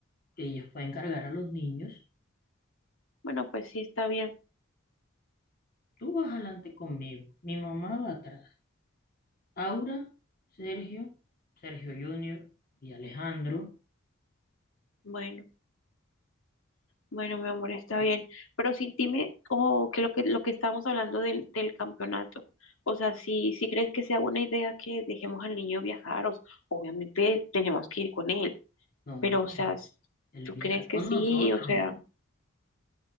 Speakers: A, on the left (about 45°); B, on the left (about 75°).
A: ellos pueden cargar a los niños.
B: Bueno, pues sí, está bien.
A: Tú vas adelante conmigo, mi mamá va atrás. Aura, Sergio, Sergio Junior y Alejandro.
B: Bueno. Bueno, mi amor, está bien.
A: y-
B: Pero sí, dime, o que lo que lo que estábamos hablando del, del campeonato. O sea, si, si crees que sea buena idea que dejemos al niño viajar, o s- obviamente tenemos que ir con él.
A: No,
B: Pero, o sea, s-
A: él
B: ¿tú
A: viaja
B: crees que
A: con
B: sí?
A: nosotros,
B: O sea,